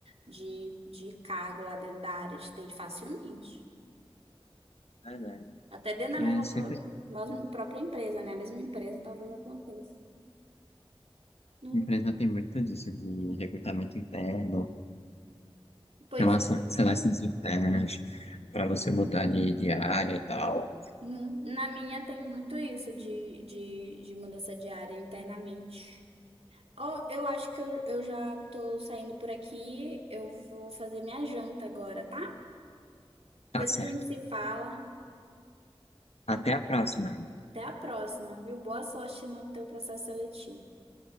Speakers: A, on the right; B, on the left.
A: de, de cargo lá dentro da área de TI facilmente.
B: Verdade.
A: Até dentro
B: Porque
A: da mesma,
B: sempre
A: pro- mesma própria empresa, né? A mesma empresa talvez aconteça. Não-
B: a empresa tem muito disso de recrutamento interno,
A: Pois,
B: relação- seleções internas, para você mudar de, de área e tal.
A: uhum. na minha tem muito isso de, de, de mudança de área internamente. Ó, eu acho que eu, eu já tô saindo por aqui. Eu vou fazer minha janta agora, tá?
B: Tá
A: Depois
B: certo.
A: a gente se fala.
B: Até a próxima.
A: Até a próxima, viu? Boa sorte no teu processo seletivo.